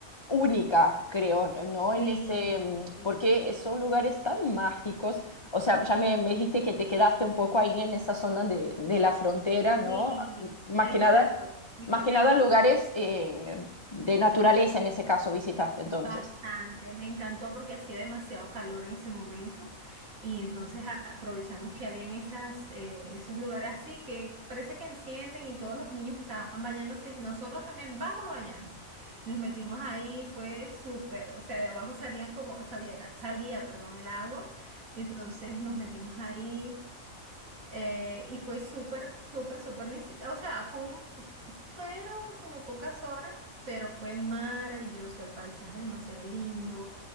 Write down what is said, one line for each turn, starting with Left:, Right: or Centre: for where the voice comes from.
Left: única, creo, ¿no?
Right: Sí,
Left: En ese, mm,
Right: sí,
Left: porque son lugares tan mágicos, o sea, ya me, me dijiste que te quedaste un poco ahí en esa zona de, de la frontera, ¿no?
Right: sí,
Left: Más
Right: exacto.
Left: que nada, más que
Right: Ahí
Left: nada lugares eh, de naturaleza en ese caso visitaste entonces.
Right: Bastante, me encantó porque hacía demasiado calor en ese momento y entonces a- aprovechamos que habían esas, eh, esos lugares así que parece que encienden y todos los niños estaban bañándose y nosotros también vamos a bañarnos. Nos metimos ahí, fue súper, o sea, de abajo salían como, sabía- salía, perdón, el agua y entonces nos metimos ahí. Eh, y fue súper, súper, súper, ni si- o sea, fue un, fueron como pocas horas, pero fue maravilloso, el paisaje demasiado lindo,